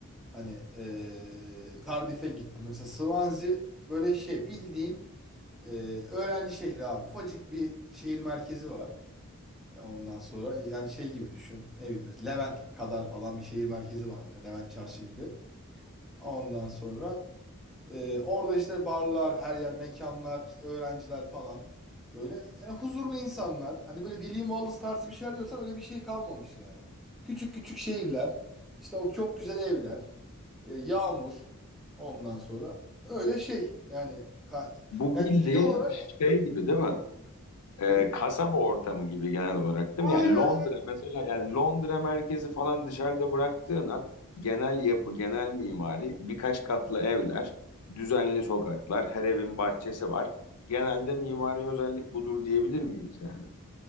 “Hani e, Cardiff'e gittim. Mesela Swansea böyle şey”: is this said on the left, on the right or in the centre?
Centre